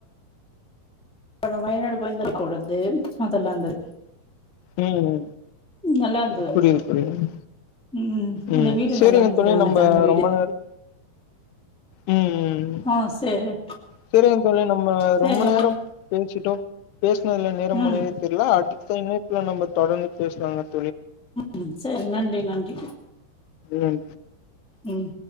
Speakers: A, in the centre; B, on the left (about 85°).
A: அப்புறம் வயநாடு போய்யிந்த பொழுது அதெல்லா இருந்தது
B: உம்
A: நல்லா இருந்தது அங்க
B: புரியுது புரியுது
A: ம் அந்த
B: உம்
A: வீடு
B: சேரிங்க
A: நல்லா இருந்தது
B: தோழி
A: அங்க
B: நம்ம
A: தங்குன வீடு
B: ரொம்ப நேரோ உம் உம்
A: ஆ சேரி
B: சேரிங்க தோழி நம்ம
A: சேரிங்கண்ணா
B: ரொம்ப நேரம் பேச் கிட்டோ பேசுனதுல நேரம்
A: ம்
B: போனதே தெரியலா அட் த இணைப்புல நம்ம தொடர்ந்து பேசுலாங்க
A: உம் சேரி நன்றி நன்றி
B: ம்
A: உம்